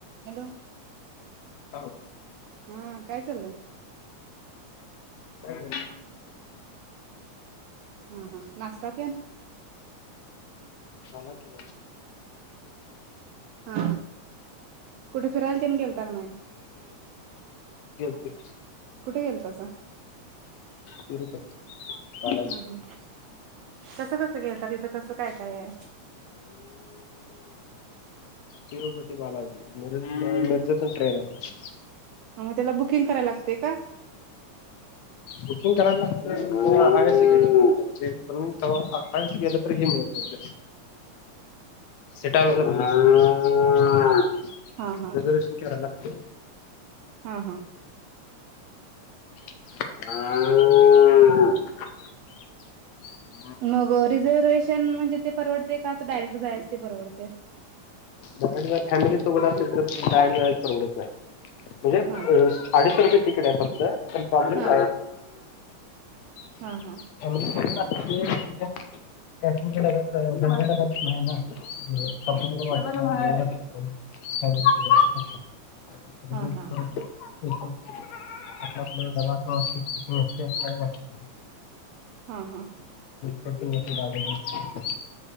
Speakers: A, on the right (about 80°); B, on the left (about 75°).
A: Hello
B: hello
A: हा काय चाललंय
B: काय नाही
A: हा हा नाश्ता तेन
B: झाला की
A: हा कुठे फिरायला तेन गेलता का नाही?
B: ठीक
A: कुठे गेलतसा
B: तिरुपती बालाजी
A: हा हा कसं कसं गेलतात तिथं कसं काय काय आहे
B: तिरुपती बालाजी मिरज मिरजतन ट्रेन आहे.
A: मग त्याला बुकिंग करायला लागते का?
B: बुकिंग करायला लागतय खरं हाय अस गेलं तरी पन चालतय पन तवा अस गेलं कि हे मिळतंय सीटा मिळत नाही.
A: हा हा
B: रिझर्वेशन करायला लागतय.
A: हा हा
B: अ
A: मग रिझर्वेशन म्हणजे ते परवडते का अस डायरेक्ट जायच ते परवडतय
B: बाहेर फॅमिली सोबत असल तर बाहेर जायला परवडत नाही. म्हणजे
A: हा
B: अ साडीच रुपये तिकडे फक्त प्रोब्लेम
A: हा
B: फॅमिली
A: हा हा
B: सोबत नाही क कर
A: हा हा
B: <inaudible>
A: हा हा
B: कत मोठ आग घ